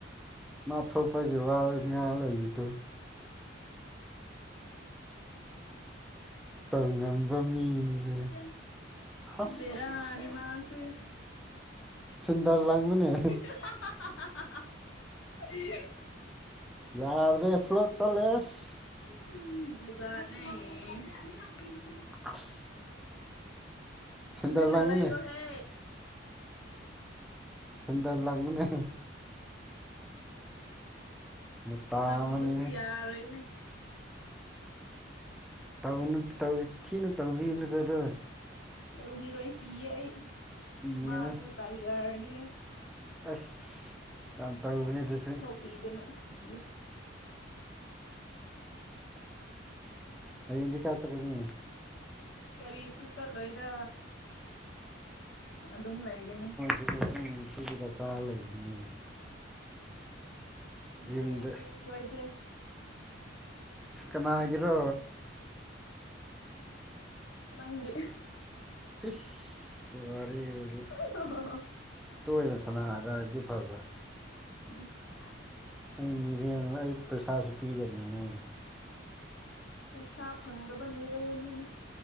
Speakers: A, in the centre; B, on the left.
A: ꯃꯥꯊꯣꯛꯄꯒꯤ ꯋꯥ
B: ꯍꯤ
A: ꯉꯥꯡ
B: ꯍꯤ
A: ꯂꯩꯔꯤꯗꯨ ꯇꯧ ꯉꯝꯕ ꯃꯤꯅꯤꯍꯦ
B: ꯍꯤ
A: ꯑꯁ
B: ꯕꯦꯔꯅꯤ ꯃꯥꯁꯨ
A: ꯁꯦꯟꯗꯜ ꯂꯪꯉꯨꯅꯦ
B: <inaudible>
A: ꯌꯥꯗ꯭ꯔꯦ ꯐ꯭ꯂꯣꯞ ꯆꯠꯂꯦ ꯑꯁ
B: <unintelligible> ꯖꯥꯠ ꯖꯥꯠꯅꯦ
A: ꯑꯁ ꯁꯦꯟꯗꯜ
B: ꯇꯨꯃꯤꯟꯅꯥ
A: ꯂꯥꯡꯉꯨꯅꯦ
B: ꯂꯩꯌꯨ ꯍꯦ
A: ꯁꯟꯗꯥꯔ ꯂꯥꯡꯅ ꯃꯇꯥ
B: ꯂꯪꯕꯁꯨ
A: ꯑꯃꯅꯤꯍꯦ
B: ꯌꯥꯔꯣꯏꯅꯦ
A: ꯑꯗꯨꯅꯧ ꯊꯤꯅ ꯇꯧꯕꯤꯅꯨꯀꯗꯣ
B: ꯇꯧꯕꯤꯔꯣꯏ ꯀꯤꯌꯦ ꯑꯩ
A: ꯀꯤꯒꯅꯨ
B: ꯃꯥꯁꯦ ꯇꯥꯏꯒꯔꯅꯤꯅꯦ
A: ꯑꯁ ꯌꯥꯝ ꯇꯧꯕꯅꯦ ꯑꯗꯨꯁꯨ
B: ꯄꯤꯗꯅ ꯀꯤꯌꯦ
A: ꯍꯌꯦꯡꯗꯤ ꯀꯥꯏ ꯆꯠꯀꯅꯤ
B: ꯀꯔꯤꯁꯨ ꯆꯠꯂꯣꯏꯗ ꯑꯗꯨꯝ ꯂꯩꯒꯅꯤ
A: ꯁꯤꯒꯨꯝꯕ ꯑꯗꯨ ꯁꯤꯕꯒ ꯆꯥꯔ ꯂꯩꯕꯅꯤꯅ
B: ꯃꯤꯔꯦꯝꯅꯤꯅꯦ
A: ꯌꯨꯝꯗ
B: ꯑꯩꯈꯣꯏꯁꯦ
A: ꯀꯅꯥꯒꯤꯔꯣ
B: ꯅꯪꯒꯤ
A: ꯏꯁ ꯋꯥꯔꯤꯗꯤ
B: ꯑꯣ
A: ꯇꯣꯏꯅ ꯁꯅꯔꯗꯥꯗꯤ ꯐꯕ
B: ꯏꯁ
A: ꯑꯩ ꯃꯤꯔꯦꯟ ꯑꯩ ꯄꯩꯁꯥꯁꯨ ꯄꯤꯗꯕꯅꯤ ꯅꯣꯏꯒꯤ
B: ꯄꯩꯁꯥ ꯐꯪꯗꯕ ꯃꯤꯔꯦꯝꯅꯤꯅꯦ